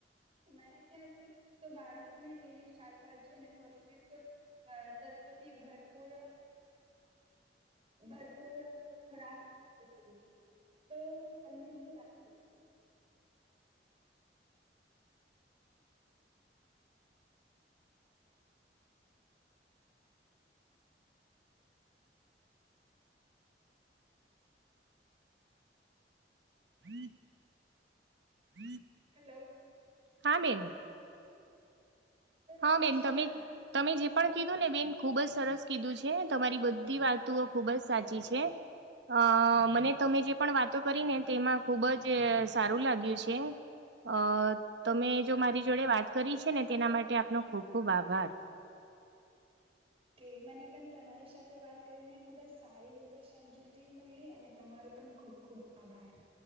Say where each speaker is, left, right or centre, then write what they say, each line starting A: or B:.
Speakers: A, on the right (about 35°); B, on the right (about 75°).
A: અમારા ખ્યાલથી તો બાળકોને લીલી શાકભાજી અને પૌષ્ટિક અ તત્વથી ભરપૂર અ ભરપૂર ખોરાક આપવો જોઈએ તો તમને શું લાગે?
B: <inaudible> <inaudible>
A: હલો.
B: હા બેન.
A: તો
B: હા
A: તમને
B: બેન
A: શું
B: તમે.
A: લાગે
B: તમે જે પણ કીધું ને બેન ખુબ જ સરસ કીધું છે, તમારી બધી વાતુઓ ખુબ જ સાચી છે. અ મને તમે જે પણ વાતો કરી ને તેમાં ખુબ જ સારું લાગ્યું છે. અ તમે જો મારી જોડે વાત કરી છે, ને તેના માટે આપનો ખૂબ ખૂબ આભાર.
A: કે મને પણ તમારી સાથે વાત કરીને ખૂબ જ સારી રીતે સમજૂતી મેળવી અને તમારું પણ ખૂબ. ખૂબ આભાર.